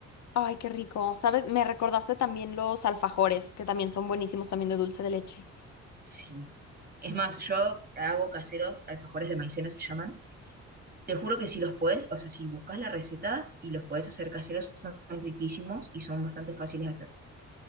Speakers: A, on the left; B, on the right.
A: Ay, qué rico. ¿Sabes? Me recordaste también los alfajores, que también son buenísimos también de dulce de leche.
B: Sí. Es más, yo hago caseros, alfajores de maicena se llaman. Te juro que si los podés, o sea, si buscas la receta y los podés hacer caseros, son riquísimos y son bastante fáciles de hacer.